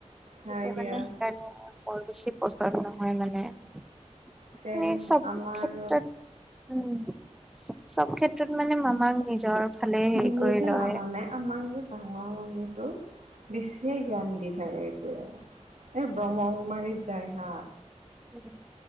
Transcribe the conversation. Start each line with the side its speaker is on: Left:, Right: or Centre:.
Right: হয়
Centre: তেতিয়া মানে
Right: দিয়া।
Centre: সেইকাৰণে বৰ বেছি পন্দ নহয় মানে। মানে
Right: ছেম
Centre: চব
Right: আমাৰ
Centre: ক্ষেত্ৰত। উম চব ক্ষেত্ৰত মানে মামাক নিজৰ। ফালে হেৰি
Right: মোৰো
Centre: কৰি
Right: যে
Centre: লয়
Right: জানা নাই। আমাৰ যে ডাঙৰ মামীটো বেছিয়ে জ্ঞান দি থাকে এইটোৱে। এই ব্ৰহ্ম‍ং মাৰিত যায় হা।
Centre: উম।